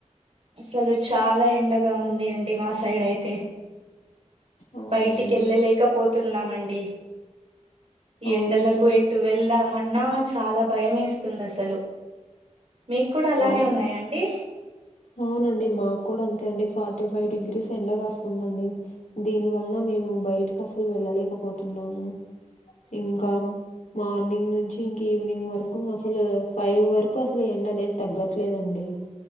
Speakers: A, on the right; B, on the left.
A: అసలు చాలా ఎండగా ఉంది అండి మా సైడ్ అయితే
B: అవునండి
A: బయటికి ఎళ్ళలేకపోతున్నామండి
B: అవునండి
A: ఎండలకు ఎటు వెళ్దామన్నా చాలా భయమేస్తుందసలు మీకు కూడా అలానే
B: అవు
A: ఉన్నాయండి
B: అవునండి మాకు కూడా అంతే అండి ఫార్టీ ఫైవ్ డిగ్రీస్ ఎండగాస్తుందండి దీని వలన మేము బయటకి అసలు వెళ్ళలేకపోతున్నాము ఇంకా మార్నింగ్ నుంచి ఇంకీవినింగ్ వరకు అసలు ఫై వరకు అసలు ఎండ అనేది తగ్గట్లేదండి